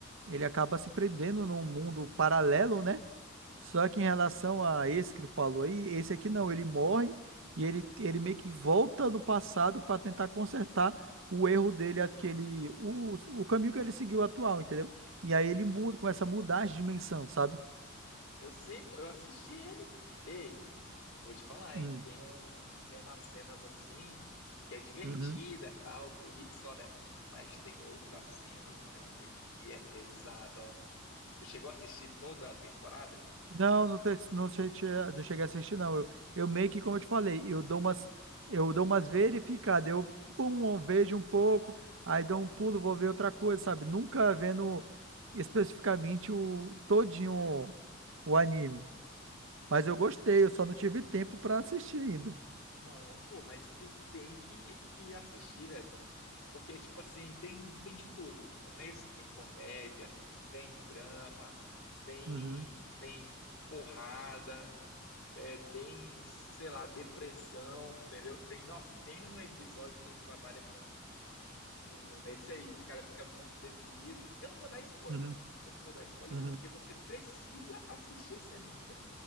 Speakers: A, on the right; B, on the left.
A: ele acaba se prendendo num mundo paralelo, né? Só que em relação a esse que tu falou aí, esse aqui não, ele morre e ele, ele meio que volta no passado para tentar consertar o erro dele, aquele, o, o caminho que ele seguiu atual, entendeu? E aí ele muda, começa a mudar as dimensões, sabe?
B: Eu sei, pô, eu assisti ele. Ei, Vou te falar,
A: Hum,
B: hein? Tem um, tem umas cenas assim que é divertida,
A: uhum.
B: tal, tu ri que só, né? Mas tem outras cenas, meu amigo, que é pesado, ó. Tu chegou a assistir toda a temporada?
A: Não, não, te- não, che- che- não cheguei a assistir, não. Eu, eu meio que, como eu te falei, eu dou umas, eu dou umas verificadas. Eu pum, eu vejo um pouco, aí dou um pulo, vou ver outra coisa, sabe? Nunca vendo especificamente o todinho o, o anime. Mas eu gostei,
B: Ah,
A: eu só não tive tempo pra assistir ainda.
B: não, pô, mas tu tem que, que assistir, velho. Porque, tipo assim, tem, tem de tudo. Nesse tem comédia, tem drama, tem,
A: Uhum,
B: tem porrada, é, tem, sei lá, depressão, entendeu? Tem, nossa, tem um episódio que ele trabalha com um nesse aí, que o cara fica muito deprimido. Eu não vou dar spoiler,
A: uhum,
B: né? Eu não vou dar spoiler
A: uhum.
B: porque você precisa assistir esse anime, velho.